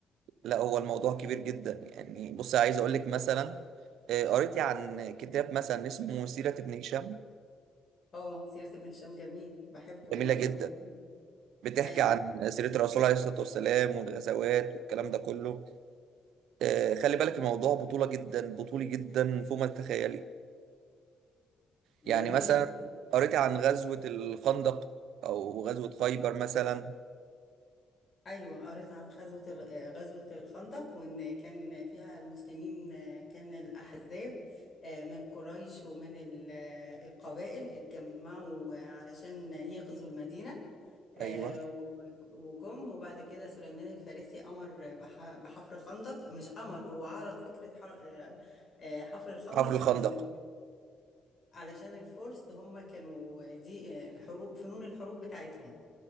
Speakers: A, on the right; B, on the left.
A: لا هو الموضوع كبير جدا يعني بص عايز أقول لك مثلا آه، قريت عن كتاب مثلا اسمه سيرة ابن هشام
B: أه سيرة ابن هشام جميل بحبه وقريته
A: جميلة جدا
B: كتير
A: بتحكي
B: أيوه
A: عن سيرة الرسول عليه الصلاة والسلام والغزوات والكلام ده كله آه، خلي بالك الموضوع بطولة جدا بطولي جدا فوق ما تتخيلي
B: جميل
A: يعني مثلا قريت عن غزوة الخندق أو غزوة خيبر مثلا
B: أيوه قريت عن غزوة ال- غزوة الخندق وإن كان فيها المسلمين كان الأحزاب آه، من قريش ومن ال- القبائل اتجمعوا علشان يغزوا المدينة آه،
A: أيوه
B: و- وجم وبعد كده سليمان الفارسي أمر بح- بحفر خندق مش أمر هو عرض فكرة ح- آه، آه، حفر الخندق
A: حفر الخندق
B: عشان علشان الفرس هم كانوا دي آه، الحروب فنون الحروب بتاعتهم